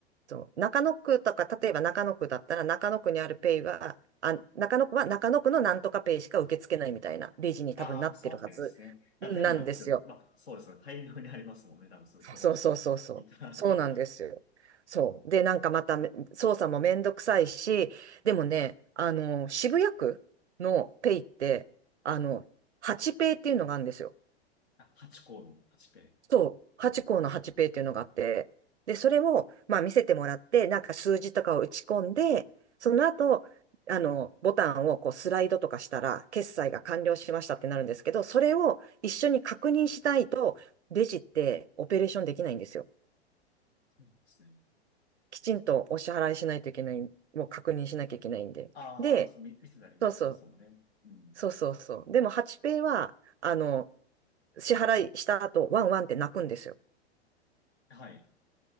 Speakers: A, on the right; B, on the left.
A: そう、中野区とか、例えば中野区だったら、中野区にあるペイは、あ、中野区は中野区のなんとかペイしか受け付けないみたいなレジに多分なってるはずなんですよ。
B: ああ、そうなってるですね。あ、全部あっても、まあ、そうですね。大量にありますもんね。多分それ、ご同時いた。
A: そうそうそうそう。そうなんですよ。そう。で、なんかまため操作もめんどくさいし、でもね、あの、渋谷区のペイって、あの、8ペイっていうのがあるんですよ。
B: <laughs> あ、8コードの8ペイ。
A: そう、8項の8ペーっていうのがあって、で、それを、まあ、見せてもらって、なんか数字とかを打ち込んで、その後、あの、ボタンをこうスライドとかしたら、決済が完了しましたってなるんですけど、それを一緒に確認しないと、レジってオペレーションできないんですよ。
B: そうですね。
A: きちんとお支払いしないといけない、もう確認しなきゃいけないんで。
B: ああ、
A: で、
B: そう、見、見せたりね、
A: そうそう、
B: しますもんね。うん。
A: そうそうそう。でも、8ペイは、あの、支払いした後、ワンワンって泣くんですよ。
B: はい。